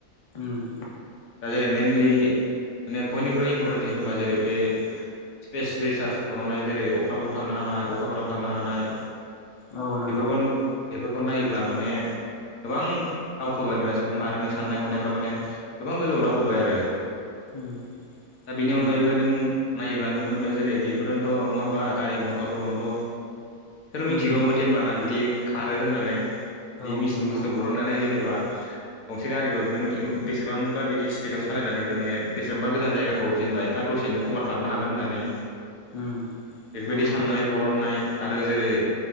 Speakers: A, on the left; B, on the left.
A: उम
B: दा जेरै मनलि माने बयनिख्रुइ इम्परटेनसिन होनबा जेरै बे स्पेस रिसार्च बरनाय जेरै अख्रांफोराव थांनो हानाय अखाफोराव थांनो हानाय
A: औ नंगौ
B: बेफोरखौ बेफोरखौ नायोब्ला माने गोबां दावखोबाय माने सुबुं माहारिनि साननाय हनायफोरा माने गोबां गोजौआव दावखोबाय आरो
A: उम
B: दा बेनि
A: नंगौ
B: अनगायैबो नों नायोब्ला नुनो मोनो जेरै बेफोरनोथ' नङा होमबा गारि मथरफोरखौनोथ' सोर मिथिगौमोन
A: उम
B: जेनबा ना बिदि खारो होननानै। बिदि
A: औ
B: मेसिन
A: नंगौ
B: बुस्थु बरननानै जेनेबा गंसे गारिखौ नों बेसेबांबा बिदि स्पिडआव सालायनानै माने बेसेबांबा गोजान जायगाखौ जेनेबा एफा दसेनो कभार खालामनो हागोन होननानै।
A: उम
B: बेफोरबायदि
A: नंगौ
B: साननानै बरननाय आरो जेरै